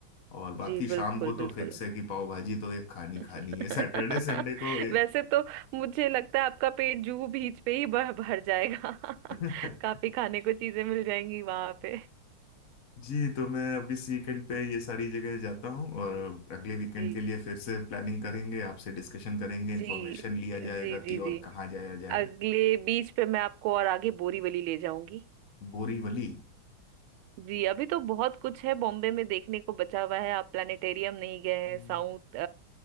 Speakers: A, on the left; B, on the right.
A: और बाकी
B: जी बिल्कुल
A: शाम को
B: बिल्कुल
A: तो फिक्स है कि पाव भाजी तो एक खानी
B: <laughs>
A: खानी है सैटरडे संडे को
B: वैसे तो मुझे लगता है आपका पेट जुहू बीच पे ही भर भर जाएगा
A: <laughs>
B: <laughs> काफी खाने को चीजें मिल जाएंगी वहां पे
A: जी तो मैं अब इस वीकेंड पे ये सारी जगह जाता हूँ और अगले वीकेंड
B: जी
A: के लिए फिर से प्लानिंग करेंगे आपसे डिस्कशन करेंगे इन्फॉर्मेशन
B: जी
A: लिया
B: जी
A: जाएगा
B: जी
A: कि
B: जी
A: और कहाँ जाया जाए
B: अगले बीच पे मैं आपको और आगे बोरीवली ले जाऊंगी
A: बोरीवली
B: जी अभी तो बहुत कुछ है बॉम्बे में देखने को बचा हुआ है आप प्लानिटेरियम नहीं गए
A: हम्म।
B: हैं साउथ